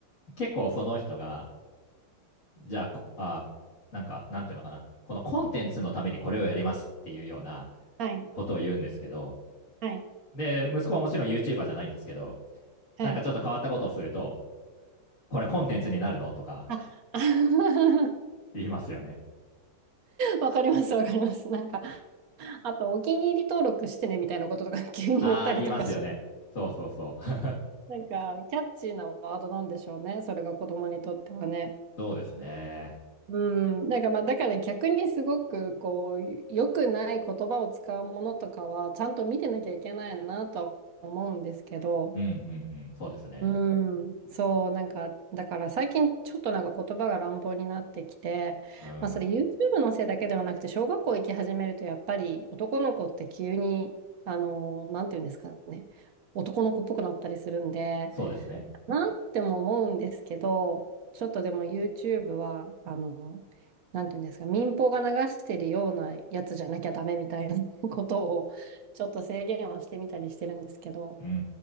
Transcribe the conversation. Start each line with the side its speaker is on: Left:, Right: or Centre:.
Left: 結構その人が、じゃあ、こあ、なんか、なんていうのかな、このコンテンツのためにこれをやりますっていうような
Right: はい、
Left: ことを言うんですけど、
Right: はい。
Left: で、息子はもちろん YouTuber じゃないんですけど、
Right: はい。
Left: なんかちょっと変わったことをすると、これコンテンツになるのとか
Right: あ、<laughs>
Left: 言いますよね。
Right: わかります、わかります。なんか、あと、お気に入り登録してねみたいなこととか <laughs> 急に言ったりとかします。
Left: ああ、言いますよね。そうそうそう。<laughs>
Right: なんか、キャッチーなワードなんでしょうね。それが子供にとってはね。
Left: そうですね。
Right: うん。なんか、まあ、だから逆にすごく、こう、良くない言葉を使うものとかは、ちゃんと見てなきゃいけないなとは思うんですけど、
Left: うんうんうん。そうですね。
Right: うん、そう、なんか、だから最近ちょっとなんか言葉が乱暴になってきて、
Left: うん。
Right: まあそれ YouTube のせいだけではなくて、小学校行き始めるとやっぱり男の子って急に、あの、なんていうんですかね、男の子っぽくなったりするんで、
Left: そうですね。
Right: なんても思うんですけど、ちょっとでも YouTube は、あの、なんていうんですか、民放が流してるようなやつじゃなきゃダメみたいなことを、ちょっと制限はしてみたりしてるんですけど、
Left: うんうんう